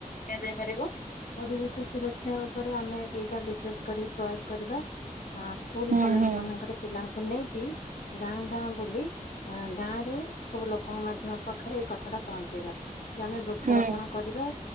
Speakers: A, on the left; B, on the right.
A: ନିଆଯାଇ ପାରିବ, ପରିବେଶ ସୁରକ୍ଷା ଉପରେ ଆମେ ଏଇଟା ବିଶେଷ କରି ପ୍ରୟୋଗ କରିବା ଆ ସ୍କୁଲ
B: ହୁଁ
A: କଲେଜ
B: ହୁଁ
A: ମାନଙ୍କରେ ପିଲାଙ୍କୁ ନେଇକି ଗାଁ ଗାଁ ବୁଲି ଆ ଗାଁ ରେ ସବୁ ଲୋକଙ୍କ ମାଧ୍ୟ ପଖରେ ଏଇ କଥାଟା ପହଞ୍ଚେଇବା। ଯେ ଆମେ ବୃକ୍ଷରୋପଣ
B: ହୁଁ
A: କରିବା।